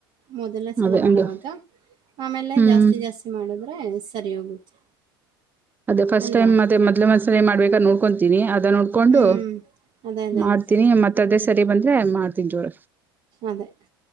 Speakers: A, on the right; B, on the right.
A: ಮೊದಲನೇ ಸಲ
B: ಅದೇ
A: ಮಾಡವಾಗ
B: ಹಂಗೆ
A: ಆಮೇಲೆ
B: ಹ್ಮ್
A: ಜಾಸ್ತಿ ಜಾಸ್ತಿ ಮಾಡಿದ್ರೆ ಸರಿ ಹೋಗುತ್ತೆ
B: ಅದೇಫಸ್ಟ್
A: ಅಲ್ವಾ
B: ಟೈ್ ಮತ್ತೆ ಮದ್ಲೆ ಮಸ ಮಾಡಬೇಕಾೋ ಕೊತೀನಿ ಅದ ನಡ್ಕೊಂಡು
A: ಹ್ಮ್ ಅದೇ ಅದೇ
B: ಮಾಡ್ತೀನಿ
A: ಅದೇ
B: ಮತ್ತತ್ ಅದೇ ಸರಿ ಬಂದ್ರೆ ಮಾಡ್ತೀನಿ ಜೋರ
A: ಅದೇ